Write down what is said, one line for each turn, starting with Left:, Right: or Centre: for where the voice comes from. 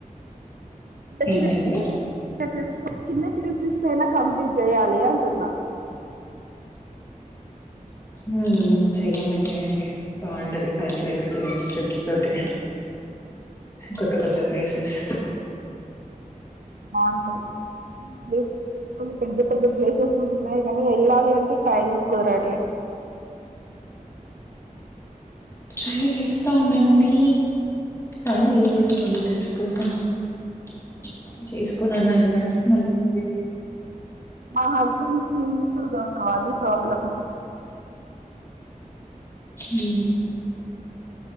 Right: చి
Left: ఏంటండి?
Right: చి ట్రిప్స్ చిన్న చిన్న ట్రిప్స్ అయినా కంప్లీట్ చేయాలియా సన్నా
Left: హ్మ్మ్ చెయ్యండి చెయ్యండి బాగుంటది లైఫ్ లో ఎక్స్పీరియన్స్ ట్రిప్స్ తోటి కొత్త కొత్త ప్లేసెస్
Right: బాగుంటాయి కొ ప కొన్ని పెద్ద పెద్ద ప్లేసెస్ ఉన్నాయి కానీ వెళ్ళాలి అంటే టైం కుదరట్లే
Left: ట్రై చేస్తా ఉండండి టైం వేల్ చేసుకోండి ట్రిప్స్ కోసంకో కొనైనా వెళ్ళండి మళ్ళీ మళ్ళీ
Right: మా హస్బెండ్ కి మంచు గరక అదే ప్రాబ్లం
Left: ఉహు